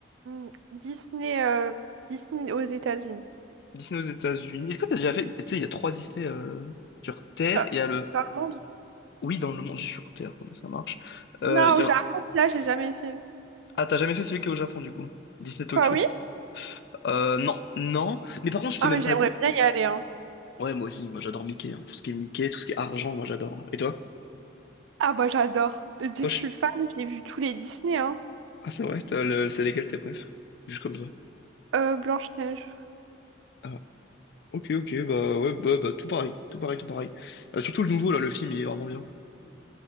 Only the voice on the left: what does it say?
Disney aux États-Unis. Est-ce que t'as déjà fait. Tu sais, il y a trois Disney euh, sur Terre.
Il y a le.
Oui, dans le monde, je sur Terre, ouais, ça marche. Euh,
il y
a
un-
Ah, t'as jamais fait celui qui est au Japon, du coup? Disney Tokyo.
Euh, non, non. Mais par contre, je t'ai
même
pas dit.
Ouais, moi aussi, moi j'adore Mickey. hein. Tout ce qui est Mickey, tout ce qui est argent, moi j'adore. Et toi?
Toi,
Ah, c'est vrai, t'as le- c'est légal tes préf. Juste comme ça.
Ah, ok, ok, bah ouais, bah, bah, tout pareil, tout pareil, tout pareil. Euh, surtout le nouveau, là, le film, il est vraiment bien.